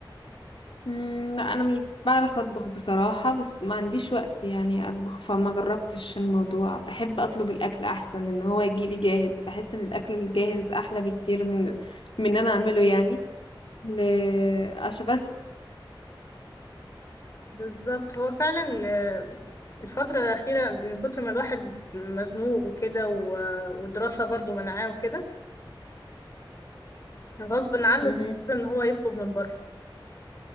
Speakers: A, on the left (about 75°); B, on the left (about 35°).
A: امم لا انا مش بعرف اطبخ بصراحة بس ما عنديش وقت يعني اطبخ فما جربتش الموضوع بحب اطلب الاكل احسن ان هو يجيلي جاهز بحس ان الاكل الجاهز احلى بكتير من من ان انا اعمله يعني ل عشان بس
B: بالظبط هو فعلا آه، الفترة الأخيرة من كتر ما الواحد مزنوق وكده و- ودراسة برضو منعاه وكده غصب عنه
A: مهم.
B: ان هو يطلب من بره